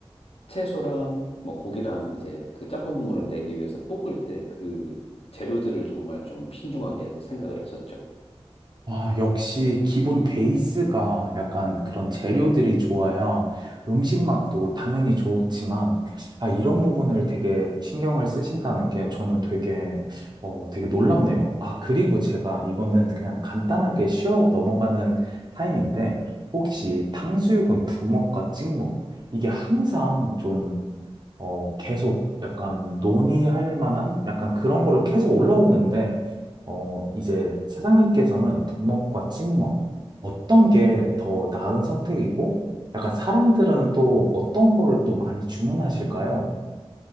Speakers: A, on the left; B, on the right.
A: 채소랑 뭐 고기랑 이제 그 짬뽕 국물을 내기 위해서 볶을 때 그 재료들을 정말 좀 신중하게 생각을 했었죠.
B: 와, 역시 기본 베이스가 약간 그런 재료들이 좋아야 음식 맛도 당연히 좋지만, 아, 이런 부분을 되게 신경을 쓰신다는 게 저는 되게, 어, 되게 놀랍네요. 아, 그리고 제가 이거는 그냥 간단하게 쉬어 넘어가는 타임인데, 혹시 탕수육은 부먹과 찍먹, 이게 항상 좀 어, 계속 약간 논의할 만한 약간 그런 걸로 계속 올라오는데, 어, 이제 사장님께서는 부먹과 찍먹, 어떤 게 더 나은 선택이고, 약간 사람들은 또 어떤 거를 또 많이 주문하실까요?